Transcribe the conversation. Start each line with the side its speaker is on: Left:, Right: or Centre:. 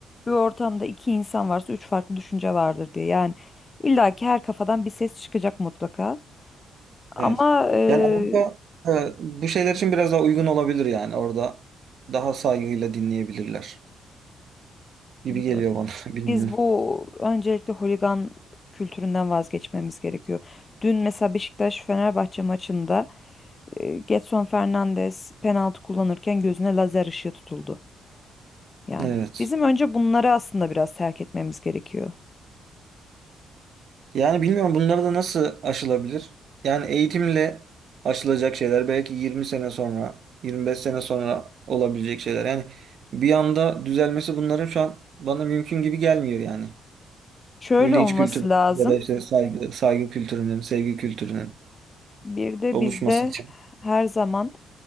Left: Bir ortamda iki insan varsa üç farklı düşünce vardır diye. Yani illaki her kafadan bir ses çıkacak mutlaka. Ama
Right: Evet.
Left: e,
Right: Yani Avrupa e, bu şeyler için biraz daha uygun olabilir yani orada daha saygıyla dinleyebilirler gibi
Left: bilmiyorum.
Right: geliyor bana <laughs> bilmiyorum.
Left: Biz bu öncelikle holigan kültüründen vazgeçmemiz gerekiyor. Dün mesela Beşiktaş-Fenerbahçe maçında e, Gedson Fernandes penaltı kullanırken gözüne lazer ışığı tutuldu. Yani
Right: Evet.
Left: bizim önce bunları aslında biraz terk etmemiz gerekiyor.
Right: Yani bilmiyorum bunları da nasıl aşılabilir? Yani eğitimle aşılacak şeyler belki 20 sene sonra, 25 sene sonra olabilecek şeyler. Yani bir anda düzelmesi bunların şu an bana mümkün gibi gelmiyor yani.
Left: Şöyle
Right: Bu linç
Left: olması
Right: kültürü
Left: lazım.
Right: ya da işte saygı, saygı kültürünün, sevgi kültürünün
Left: Bir de
Right: oluşması
Left: bizde
Right: için.
Left: her zaman